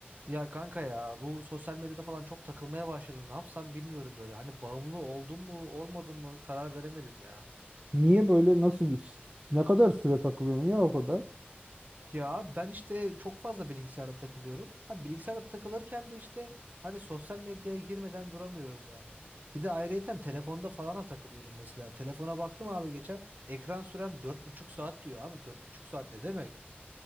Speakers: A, on the right; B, on the right.
A: Ya kanka ya bu sosyal medyada falan çok takılmaya başladım. Ne yapsam bilmiyorum böyle. Hani bağımlı oldum mu olmadım mı karar veremedim ya.
B: Niye böyle nasıl bir ne kadar süre takılıyorsun ya o kadar?
A: Ya ben işte çok fazla bilgisayarda takılıyorum. Ha bilgisayarda takılırken de işte hani sosyal medyaya girmeden duramıyorum yani. Bir de ayrıyeten telefonda falan da takılıyorum mesela. Telefona baktım abi geçen ekran sürem dört buçuk saat diyor abi. dört buçuk saat ne demek?